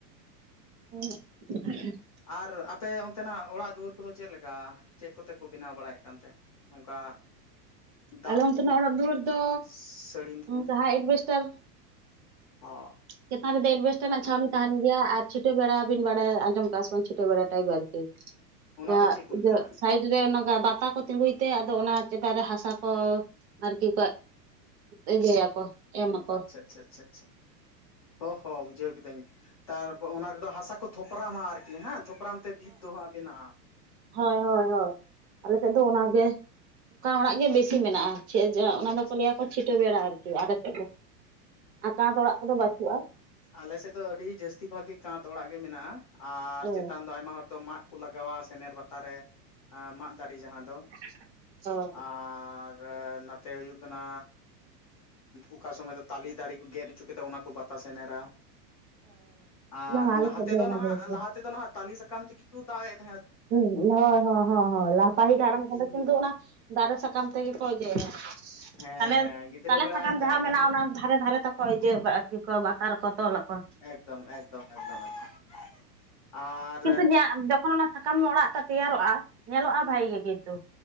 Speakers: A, on the right; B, on the left.
A: <unintelligible>
B: ᱟᱨ ᱟᱯᱮ ᱚᱱᱛᱮᱱᱟᱜ ᱚᱲᱟᱜ ᱫᱩᱣᱟᱹᱨ ᱠᱚᱫᱚ ᱪᱮᱫ ᱞᱮᱠᱟ ᱪᱮᱫ ᱠᱚᱛᱮ ᱠᱚ ᱵᱮᱱᱟᱣ ᱵᱟᱲᱟᱭᱮᱫ ᱠᱟᱱᱛᱮ ᱚᱱᱠᱟ ᱫᱟᱜ
A: ᱟᱞᱮ ᱚᱱᱛᱮᱱᱟᱜ
B: ᱠᱚ
A: ᱚᱲᱟᱜ ᱫᱩᱣᱟᱹᱨ ᱫᱚ
B: ᱥᱟᱹᱲᱤᱢ ᱠᱚ
A: ᱡᱟᱦᱟᱸ ᱮᱰᱵᱮᱥᱴᱟᱨ
B: ᱚ
A: ᱪᱮᱛᱟᱱ ᱨᱮᱫᱚ ᱮᱴᱵᱮᱥᱴᱟ ᱪᱷᱟᱣᱤ ᱛᱟᱦᱮᱱ ᱜᱮᱭᱟ ᱟᱨ ᱪᱷᱤᱴᱟᱹᱣ ᱵᱮᱲᱟ ᱵᱤᱱ ᱵᱟᱲᱟᱭ ᱟᱸᱡᱚᱢ ᱠᱟᱜ ᱥᱮ ᱵᱟᱝ ᱪᱷᱤᱴᱟᱹ ᱵᱮᱲᱟ ᱴᱟᱭᱤᱯ ᱟᱨᱠᱤ
B: ᱚᱱᱟ
A: ᱡᱟᱦᱟᱸ
B: ᱫᱚ ᱪᱮᱫ ᱠᱚ ᱢᱮᱛᱟᱜᱼᱟ?
A: <unintelligible> ᱥᱟᱭᱤᱴ ᱵᱟᱛᱟ ᱠᱚ ᱛᱤᱸᱜᱩᱭ ᱛᱮ ᱟᱫᱚ ᱚᱱᱟ ᱪᱮᱛᱟᱱ ᱨᱮ ᱦᱟᱥᱟ ᱠᱚ ᱟᱨᱠᱤ ᱤᱭᱟᱹᱭ <unintelligible> ᱠᱚ ᱮᱢ ᱟᱠᱚ
B: ᱟᱪᱪᱷᱟ ᱟᱪᱪᱷᱟ ᱚ ᱦᱚᱸ ᱵᱩᱡᱷᱟᱹᱣ ᱠᱤᱫᱟᱹᱧ ᱛᱟᱨᱯᱚᱨ ᱚᱱᱟ ᱨᱮᱫᱚ ᱦᱟᱥᱟ ᱠᱚ ᱛᱷᱚᱯᱨᱟᱢᱟ ᱟᱨᱠᱤ ᱦᱮᱸ ᱛᱷᱯᱨᱟᱢ ᱛᱮ ᱵᱤᱛ ᱫᱚ ᱦᱟᱸᱜ ᱵᱮᱱᱟᱜ-ᱟ
A: ᱦᱳᱭ ᱦᱳᱭ ᱦᱳᱭ ᱟᱞᱮ ᱥᱮᱫ ᱫᱚ ᱚᱱᱟᱜᱮ ᱚᱠᱟᱱ ᱚᱲᱟᱜ ᱜᱮ ᱵᱮᱥᱤ ᱢᱮᱱᱟᱜ-ᱟ ᱪᱮᱜ ᱡᱮ
B: ᱟᱪᱪᱷᱟ
A: ᱚᱱᱟ ᱫᱚ
B: ᱟᱪᱪᱷᱟ
A: ᱠᱚ ᱞᱟᱹᱭᱟ ᱠᱚ ᱪᱷᱤᱴᱟᱹ ᱵᱮᱲᱟ ᱟᱨᱠᱤ ᱟᱫᱚ ᱛᱮᱫ ᱫᱚ᱾ ᱟᱻ ᱠᱟᱸᱛ ᱚᱲᱟᱜ ᱠᱚ ᱫᱚ ᱵᱟᱹᱪᱩᱜ-ᱟ?
B: ᱟᱞ ᱥᱮᱫ ᱫᱚ ᱟᱹᱰᱤ ᱡᱟᱹᱥᱛᱤ ᱵᱷᱟᱜ ᱜᱮ ᱠᱟᱸᱛ ᱚᱲᱟᱜ ᱜᱮ ᱢᱮᱱᱟᱜ-ᱟ ᱟᱨ
A: ᱚ
B: ᱪᱮᱛᱟᱱ ᱫᱚ ᱟᱭᱢᱟ ᱦᱚᱲ ᱫᱚ ᱢᱟᱫ᱾ ᱠᱩ ᱞᱟᱜᱟᱣᱟ ᱥᱮᱱᱮᱨ ᱵᱟᱛᱟ ᱨᱮ ᱢᱟᱫ ᱫᱟᱨᱤ ᱡᱟᱦᱟᱸ ᱫᱚ᱾
A: <unintelligible>
B: ᱟᱻᱨ ᱱᱟᱛᱮ ᱦᱩᱭᱩᱜ ᱠᱟᱱᱟ ᱩᱠᱟ ᱥᱚᱢᱚᱭ ᱫᱚ ᱛᱟᱞᱤ ᱫᱟᱨᱤ ᱠᱩ ᱜᱮᱫ ᱩᱪᱚ ᱠᱟᱛᱮᱫ ᱚᱱᱟ ᱠᱚ ᱵᱟᱛᱟ ᱥᱮᱱᱮᱨᱟ᱾ ᱟᱨ
A: ᱵᱟᱝ ᱟᱞᱮ
B: ᱞᱟᱦᱟ
A: ᱥᱮᱫ
B: ᱛᱮ ᱫᱚ
A: ᱚᱱᱟ
B: ᱱᱟᱦᱟᱜ
A: ᱵᱟᱹᱪᱩᱜᱼᱟ
B: ᱞᱟᱦᱟ ᱛᱮ ᱫᱚ ᱱᱟᱦᱱᱟᱜ ᱛᱟᱞᱮ ᱥᱟᱠᱟᱢ ᱛᱤᱜᱤ ᱠᱩ ᱫᱟᱜ ᱮᱜ
A: ᱦᱩᱸ ᱦᱩᱸ ᱦᱚᱸ ᱦᱚᱸ ᱞᱟᱦᱟ ᱯᱟᱦᱤᱞᱟᱜ ᱟᱨᱟᱢ ᱠᱚ
B: ᱤᱧ
A: ᱫᱚ ᱠᱤᱱᱛᱩ ᱚᱱᱟ ᱫᱟᱨᱮ ᱥᱟᱠᱟᱢ ᱛᱮ ᱜᱮ ᱠᱚ ᱤᱭᱟᱹᱭᱟ
B: ᱦᱮᱸ
A: ᱦᱟᱱᱮ
B: ᱦᱮᱸ ᱜᱤᱫᱽᱨᱟᱹ
A: ᱛᱟᱞᱮ
B: ᱵᱮᱲᱟᱧ
A: ᱥᱟᱠᱟᱢ
B: ᱛᱟᱦᱮᱸ
A: ᱡᱟᱦᱟᱸ
B: ᱠᱟᱱ
A: ᱢᱮᱱᱟᱜ-ᱟ
B: ᱫᱚ
A: ᱚᱱᱟ ᱫᱷᱟᱨᱮ ᱫᱷᱟᱨᱮ ᱛᱮᱠᱚ ᱤᱡᱟᱹ ᱵᱟ ᱟᱨᱠᱤ ᱠᱚ ᱵᱟᱛᱟ ᱨᱮ ᱠᱚ ᱛᱚᱞᱟᱠᱚ᱾
B: ᱮᱠᱫᱚᱢ ᱮᱠᱫᱚᱢ ᱮᱠᱫᱚᱢ ᱮᱠᱫᱚᱢ ᱟᱨ
A: ᱠᱤᱱᱛᱩ ᱧᱟᱸ ᱡᱚᱠᱷᱚᱱ ᱚᱱᱟ ᱥᱟᱠᱟᱢ ᱚᱲᱟᱜ ᱴᱟᱜ ᱛᱮᱭᱟᱨᱚᱜ-ᱟ ᱧᱮᱞᱚᱜ-ᱟ
B: ᱦᱩᱸ
A: ᱵᱷᱟᱜᱤ ᱜᱮ ᱠᱤᱱᱛᱩ᱾